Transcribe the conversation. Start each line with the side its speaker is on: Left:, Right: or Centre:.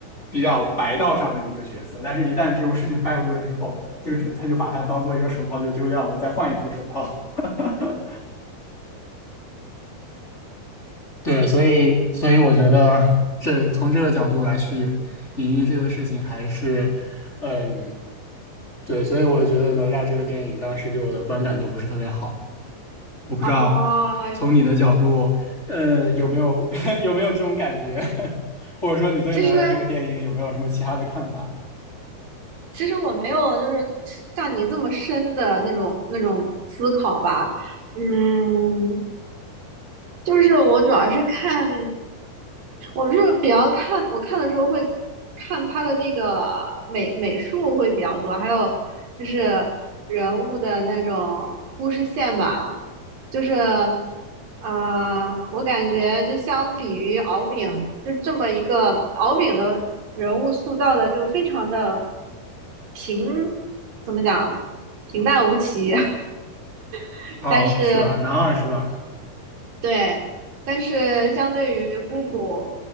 Left: 比较白道上的一个角色，但是一旦这种事情败露了之后，这个只他就把它当做一个手套就丢掉了，再换一副手套。<laughs> 对，所以所以我觉得这从这个角度来去隐喻这个事情，还是，嗯，对，所以我觉得哪吒这个电影当时给我的观感就不是特别好。我不知道
Right: 哦，
Left: 从你的角度，呃，有没有 <laughs> 有没有这种感觉，<laughs> 或者说你对哪吒这个电影有没有什么其他的看法？
Right: 其实其实我没有就是像你这么深的那种那种思考吧，嗯，就是我主要是看，我是比较看，我看的时候会看他的那个美美术会比较多，还有就是人物的那种故事线吧，就是啊、呃我感觉就相比于敖丙，就这么一个敖丙的人物塑造的就非常的平，怎么讲，平淡无奇，<laughs>
Left: 哦，
Right: 但是。
Left: 是吧？男二是吧？
Right: 对，但是相对于姑姑，